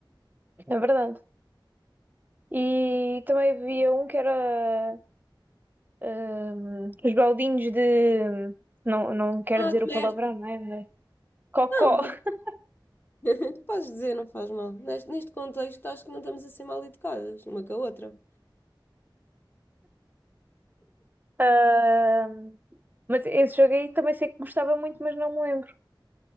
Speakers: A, on the right (about 20°); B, on the left (about 25°).
A: é verdade. E também havia um que era ahm, os baldinhos de. Não, não quero
B: Ah,
A: dizer
B: que
A: o
B: merda!
A: palavrão, não é? Mas- Cocó.
B: Não, pode-
A: <laughs>
B: <laughs> podes dizer, não faz mal. Neste, neste contexto, acho que não estamos a ser mal educadas, uma com a outra.
A: Ahm, mas esse jogo aí também sei que gostava muito, mas não me lembro.